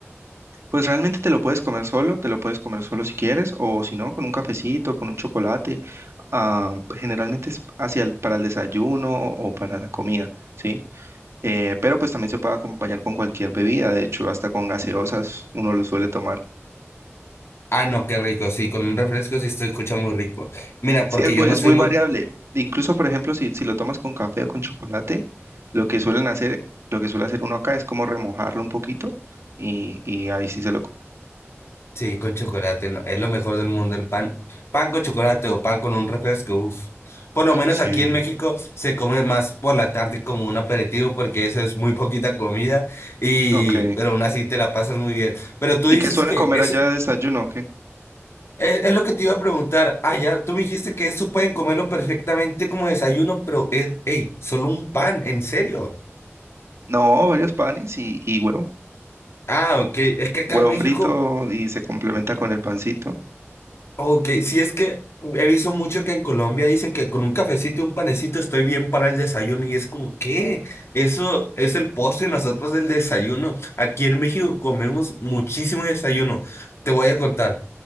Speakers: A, on the right; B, on the left.
A: Pues realmente te lo puedes comer solo, te lo puedes comer solo si quieres, o si no, con un cafecito, con un chocolate. ah, generalmente es hacia el- para el desayuno o para la comida, ¿sí? Eh, pero pues también se puede acompañar con cualquier bebida, de hecho, hasta con gaseosas uno lo suele tomar.
B: Ah, no, qué rico, sí, con un refresco sí se escucha muy rico. Mira,
A: Sí,
B: porque
A: es
B: yo
A: muy,
B: no
A: es
B: soy
A: muy
B: muy...
A: variable. Incluso, por ejemplo, si, si lo tomas con café o con chocolate, lo que suelen hacer, lo que suele hacer uno acá es como remojarlo un poquito y, y ahí sí se lo... co-
B: Sí, con chocolate, no, es lo mejor del mundo el pan. Pan con chocolate o pan con un refresco, uff. Por lo menos
A: Sí.
B: aquí en México se come más por la tarde como un aperitivo porque eso es muy poquita comida y
A: Ok.
B: pero aún así te la pasas muy bien. Pero tú dices
A: ¿Y qué suelen
B: que
A: comer
B: eso
A: allá de desayuno? o ¿Qué?
B: es, es lo que te iba a preguntar. Ah, ya, tú me dijiste que eso pueden comerlo perfectamente como desayuno, pero es, hey, solo un pan, ¿en serio?
A: No, varios panes y, y huevo.
B: Ah, ok. Es que acá
A: Huevo
B: en México
A: frito y se complementa con el pancito.
B: Ok, sí es que he visto mucho que en Colombia dicen que con un cafecito y un panecito estoy bien para el desayuno y es como, ¿qué? Eso es el postre y nosotros el desayuno. Aquí en México comemos muchísimo desayuno. Te voy a contar.